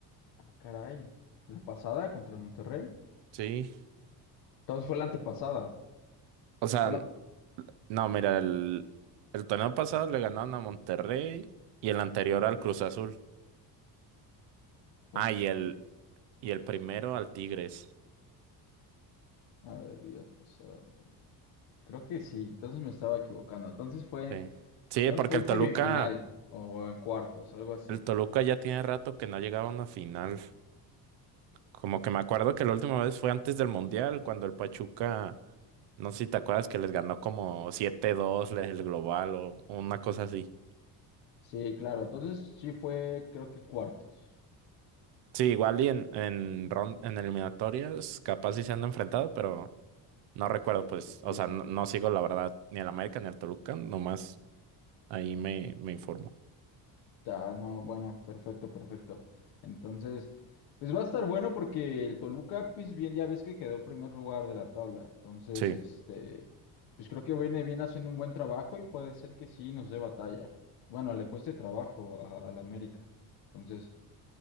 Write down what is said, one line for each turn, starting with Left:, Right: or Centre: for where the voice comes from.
Left: Caray, la pasada contra el Monterrey.
Right: Sí.
Left: Entonces fue la antepasada.
Right: O sea,
Left: Fue la...
Right: No, mira, el, el torneo pasado le ganaron a Monterrey y el anterior al Cruz Azul.
Left: Ok.
Right: Ah, y el, y el primero al Tigres.
Left: A ver, liga pasada. Creo que sí, entonces me estaba equivocando. Entonces fue,
Right: Sí. Sí,
Left: entonces
Right: porque
Left: fue en
Right: el
Left: semifinal
Right: Toluca,
Left: o en cuartos, algo así.
Right: el Toluca ya tiene rato que no ha llegado a una final. Como que me acuerdo que la última vez fue antes del Mundial, cuando el Pachuca, no sé si te acuerdas que les ganó como siete dos le- el global o una cosa así.
Left: Sí, claro, entonces sí fue, creo que cuartos.
Right: Sí, igual y en, en, ron- en eliminatorias capaz sí se han enfrentado, pero No recuerdo,
Left: Sí,
Right: pues,
Left: sí, sí.
Right: o sea, no, no sigo la verdad ni al América ni al Toluca, nomás ahí me, me informo.
Left: Ah, no, bueno, perfecto, perfecto. Entonces, pues va a estar bueno porque el Toluca, pues bien, ya ves que quedó en primer lugar de la tabla. Entonces,
Right: Sí,
Left: este, pues creo que viene bien haciendo un buen trabajo y puede ser que sí nos dé batalla. Bueno, le cueste trabajo a- al América. Entonces,